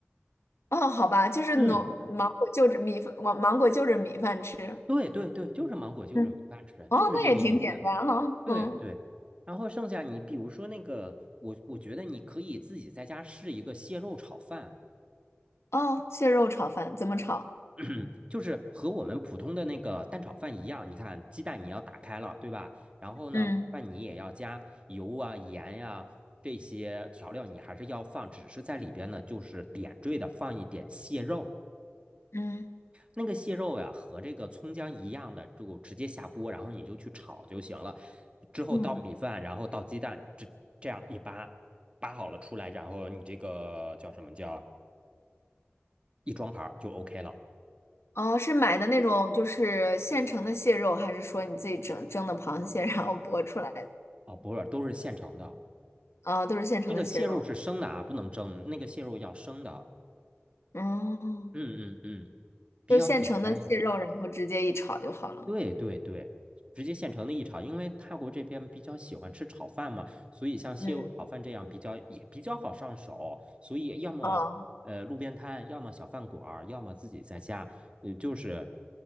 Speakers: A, on the left; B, on the right.
A: 哦，好吧，就是农芒果就着米饭，
B: 嗯，
A: 芒芒果就着米饭吃。
B: 对对对，就是芒果就着米饭吃，
A: 嗯哦，
B: 就是这个意思。
A: 那也挺简单哈、
B: 对对，
A: 嗯，
B: 然后剩下你比如说那个，我我觉得你可以自己在家试一个蟹肉炒饭。
A: 哦，蟹肉炒饭怎么炒？
B: 嗯，就是和我们普通的那个蛋炒饭一样，你看鸡蛋你要打开了，对吧？然后呢，
A: 嗯
B: 饭你也要加油啊、盐呀、这些调料，你还是要放，只是在里边呢，就是点缀的放一点蟹肉。
A: 嗯，
B: 那个蟹肉呀、和这个葱姜一样的，就直接下锅，然后你就去炒就行了。之后倒米饭，
A: 嗯，
B: 然后倒鸡蛋，这这样一扒扒好了出来，然后你这个叫什么叫一装盘儿就 OK 了。
A: 哦，是买的那种就是现成的蟹肉，还是说你自己整蒸的螃蟹然后剥出来的？
B: 啊、不是，都是现成的。
A: 哦，都是现成的蟹肉。
B: 那个蟹肉是生的啊，不能蒸，那个蟹肉要生的。
A: 哦，
B: 嗯嗯嗯，比较简单。
A: 就现成的蟹肉，然后直接一炒就好了。
B: 对对对，直接现成的一炒，因为泰国这边比较喜欢吃炒饭嘛，所以像蟹肉炒饭这样比较也比较好上手，
A: 嗯，
B: 所以要么呃路边摊，
A: 哦。
B: 要么小饭馆儿，要么自己在家，嗯、就是